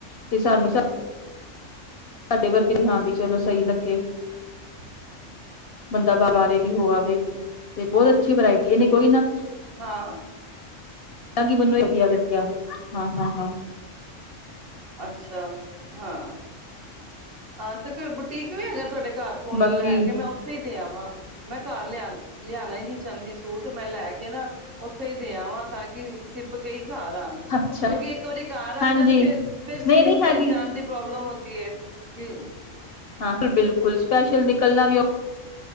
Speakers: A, on the left (about 55°); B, on the right (about 50°).
A: ਤੇ ਸਾਨੂੰ ਸ ਸਾਡੇ
B: ਹੂੰ,
A: ਵਰਗੇ, ਹਾਂ ਬੀ ਚਲੋ ਸਈ ਲੱਗ <unintelligible>
B: <unintelligible>
A: ਬੰਦਾ ਬਾਰੇ ਹੋ ਆਵੇ
B: ਹੂੰ,
A: ਤੇ ਬੋਤ ਅੱ ਅੱਛੀ ਵਰਾਇਟੀ ਐ ਨੀ ਕੋਈ ਨਾ
B: ਹਾਂ।
A: <unintelligible> ਮਨੂੰ ਵਧੀਆ ਵਧੀਆ ਹਾਂ, ਹਾਂ, ਹਾਂ।
B: ਅੱਛਾ। ਹਾਂ। ਹਾਂ, ਤੇ ਕੋਈ ਬੁਟੀਕ ਵੀ ਹੈਗਾ ਤੋਡੇ? ਘਰ ਕੋਲ
A: ਬਾਕੀ
B: ਲੈ ਕੇ ਮੈਂ ਓੱਥੇ ਈ ਦੇ ਆਂਵਾਂ। ਮੈਂ ਘਰ ਲੇਆ, ਲੇਆਣਾ ਈ ਨੀ ਦੀ ਚਾਂਧੀ ਸੂਟ ਮੈਂ ਲੈ ਕੇ ਨਾ, ਓੱਥੇ ਈ ਦੇ ਆਂਵਾਂ ਤਾਂ ਕਿ ਸਿਪ ਕੇ ਈ ਘਰ ਆਣ,
A: ਅੱਛਾ
B: ਕਿਉਂਕਿ ਇੱਕ ਵਾਰੀ ਘਰ
A: ਹਾਂਜੀ
B: ਆ ਜਾਣ ਫਿਰ ਫਿਰ ਸੀਨ
A: ਨਹੀਂ ਨਹੀਂ
B: ਦੇਣ
A: ਹੈਗੀ
B: ਜਾਣ ਦੀ ਪ੍ਰੋਬਲਮ ਹੁੰਦੀ ਦੀਏ। <unintelligible>
A: ਹਾਂ ਬਿਲਕੁੱਲ ਸਪੈਸ਼ਲ ਦੀ ਕੱਲਾਂ ਵੀ ਓ